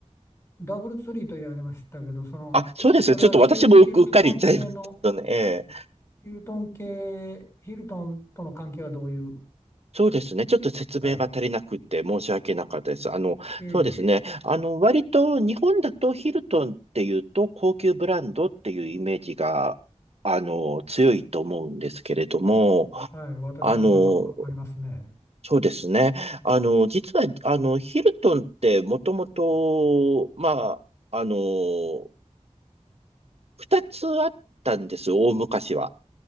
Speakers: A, on the left; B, on the right.
A: ダブルツリーと言われましたけど、その、
B: あ、そうです。
A: それはヒルト、
B: ちょっと私もううっかり言っちゃいましたね。
A: ヒルトン系の、
B: え
A: ヒルトン系、ヒルトンとの関係はどういう、
B: そうですね。ちょっと説明が足りなくて申し訳なかったです。
A: はい。
B: あの、
A: いえいえ、
B: そうですね。あの、割と日本だとヒルトンっていうと高級ブランドっていうイメージが、あの、強いと思うんですけれども、
A: はい、私なんかあありますね。
B: あの、そうですね。あの、実は、あの、ヒルトンってもともと、まあ、あの、二つあったんですよ、大昔は。